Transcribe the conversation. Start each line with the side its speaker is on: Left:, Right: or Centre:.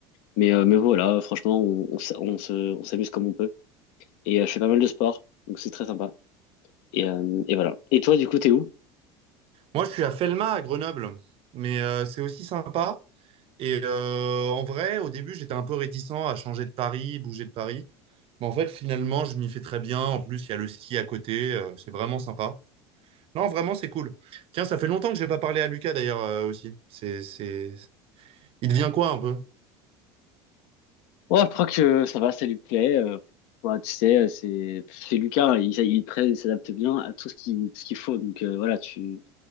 Left: mais euh, mais voilà, franchement, on, on, s- on se on s'amuse comme on peut. Et euh, je fais pas mal de sport, donc c'est très sympa. Et euh, et voilà. Et toi, du coup, t'es où?
Right: Moi, je suis à Felma, à Grenoble, mais euh, c'est aussi sympa. Et euh, en vrai, au début, j'étais un peu réticent à changer de Paris, bouger de Paris. Mais en fait, finalement, je m'y fais très bien. En plus, il y a le ski à côté, euh, c'est vraiment sympa. Non, vraiment, c'est cool. Tiens, ça fait longtemps que j'ai pas parlé à Lucas d'ailleurs euh, aussi. C'est, c'est... Il devient quoi un peu?
Left: Oh, je crois que ça va, ça lui plaît. Euh, bah, tu sais, c'est c'est Lucas, il, il est très, il s'adapte bien à tout ce qui tout ce qu'il faut. Donc euh, voilà, tu